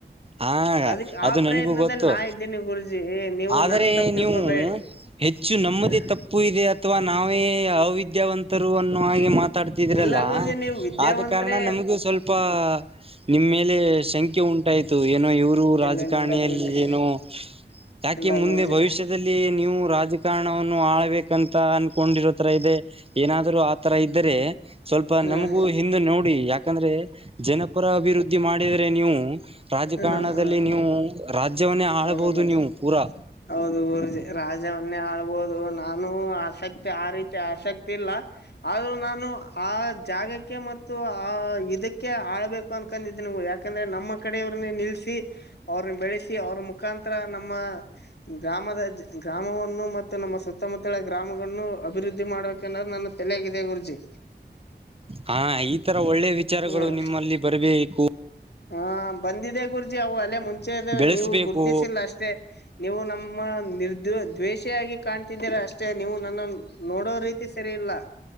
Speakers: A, on the right; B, on the left.
A: ಹಾ
B: ಅದಕ್ ಆ
A: ಅದು
B: ಪ್ರಯತ್ನದಲ್ಲಿ
A: ನನ್ಗೂ ಗೊತ್ತು
B: ನಾ ಇದ್ದೇನಿ ಗುರುಜಿ ನೀವು
A: ಆದರೆ
B: ನನ್ ತಪ್ಪು ತಿಳ್ಕೊಬೇಡಿ
A: ನೀವು ಹೆಚ್ಚು ನಮ್ಮದೇ
B: ಹ
A: ತಪ್ಪು ಇದೆ ಅಥವಾ ನಾವೇ ಅವಿದ್ಯಾವಂತರು ಅನ್ನು ಹಾಗೆ ಮಾತ್ ತಡ್ತಿದ್ರಲ್ಲಾ
B: ಇಲ್ಲ ಗುರುಜಿ ನೀವು ವಿದ್ಯಾವಂತ್ರೆ
A: ಆದ ಕಾರಣ ನಮಗೂ ಸ್ವಲ್ಪಾ ನಿಮ್ಮೇಲೆ ಸಂಖೆ ಉಂಟಾಯ್ತು ಏನೋ ಇವರ
B: ಇಲ್ಲ
A: ನಿವು ರಾಜಕಾರಣಿಯಲ್ಲಿ
B: ಇಲ್ಲ ಇಲ್ಲ ಗುರುಜಿ
A: ಏನು ಯಾಕೆ
B: ಇಲ್ಲ
A: ಮುಂದೆ
B: ಗುರುಜಿ
A: ಭವಿಷ್ಯ <unintelligible> ನೀವು ರಾಜಕಾರಣವನ್ನು ಆಳ್ಬೇಕಂತ ಅನ್ಕೊಂಡಿರೋ ತರಾ ಇದೆ ಏನಾದ ಆ ತರಾ ಇದ್ದರೆ ಸ್ವಲ್ಪ
B: ಹ್ಮ್
A: ನಮಗೂ ಹಿಂದೆ ನೋಡಿ ಯಾಕಂದ್ರೆ ಜನಪರ ಅಭಿವೃದ್ಧಿ ಮಾಡಿದ್ರೆ ನೀವು ರಾಜಕಾರಣದಲ್ಲಿ
B: ಹ್ಮ್ ಹ್ಮ್
A: ನೀವು ರಾಜ್ಯವನ್ನೇ ಆಳ್ಬಹುದು
B: ಹೌದು ಗುರುಜಿ
A: ನೀವು ಪೂರಾ.
B: ಹೌದು ಗುರುಜಿ ರಾಜವನ್ನೇ ಆಳ್ಬೋದು ನಾನು ಆಸಕ್ತಿ ಆ ರೀತಿ ಆಸಕ್ತಿ ಇಲ್ಲಾ. ಆದ್ರೂ ನಾನು ಆ ಜಾಗಕ್ಕೆ ಮತ್ತು ಆ ಇದಕ್ಕೆ ಅಕ್ ಆಳ್ಬೇಕು ಅನ್ಕೊಂಡಿದ್ದಿನಿ ಯಾಕಂದ್ರೆ ನಮ್ಮ ಕಡೆ ಇವ್ರನ್ನೇ ನಿಲ್ಸಿ ಅವ್ರನ್ನ ಬೆಳೆಸಿ ಅವ್ರ ಮುಖಾಂತರ ನಮ್ಮ ಗ್ರಾಮದ ಗ್ರಾಮವನ್ನು ಮತ್ತು ನಮ್ಮ ಸುತ್ ಸತ್ತಮುತ್ತಲ ಗ್ರಾಮಗಳನ್ನು ಅಭಿವೃದ್ದಿ ಮಾಡ್ಬೇಕು ಅನ್ನೋದ್ ನನ್ನ ತಲೆಯಾಗ ಇದೆ ಗುರುಜಿ
A: ಹಾ ಈ ತರಾ ಒಳ್ಳೆ ವಿಚಾರಗಳು
B: ಹ್ಮ್
A: ನಿಮ್ಮಲ್ಲಿ ಬರಬೇಕು
B: ಹಾ ಬಂದಿದೆ ಗುರುಜಿ ಅವು ಅಲ್ಲೇ ಮುಂಚೆ
A: ಬೆಳೆಸ್ಬೇಕು
B: ನೀವು ಗುರ್ತಿಸಿಲ್ಲಾ ಅಷ್ಟೇ ಮ ನೀವು ನಮ್ಮ ನಿರ್ದ ದ್ವೇಷಿಯಾಗಿ ಕಾಣ್ತಿದ್ದೀರಾ ಅಷ್ಟ ಅಷ್ ನೀವು ನನ್ನ ನೋಡೋ ರೀತಿ ಸರಿ ಇಲ್ಲಾ